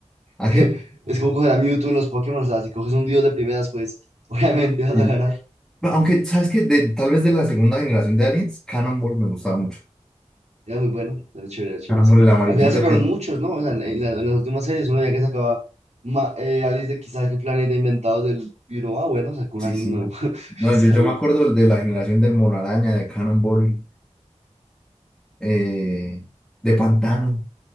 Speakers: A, in the centre; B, on the right.
A: ¿a
B: <laughs>
A: quién?
B: Es como coger a Mewtwo en los Pokémon. O sea, si coges un dios de primeras, pues <laughs> obviamente vas
A: Sí,
B: a
A: sí.
B: ganar.
A: Bueno, aunque, ¿sabes qué? De- tal vez de la segunda generación de Aliens, Cannonball me gustaba mucho.
B: Era muy bueno. Era chévere, era chévere,
A: Cannonball,
B: sí.
A: el amarillito
B: Al final sacaron
A: que...
B: muchos, ¿no? O sea, en, en la- en las últimas series, uno ya que sacaba ma- eh, Alice de quizás qué planeta inventado del. Y uno, ah, bueno, sacó un
A: Sí,
B: alien
A: sí.
B: nuevo. <laughs>
A: No,
B: Está
A: yo, yo
B: bien.
A: me acuerdo del de la generación del Mono Araña, de Cannonball, eh, de Pantano,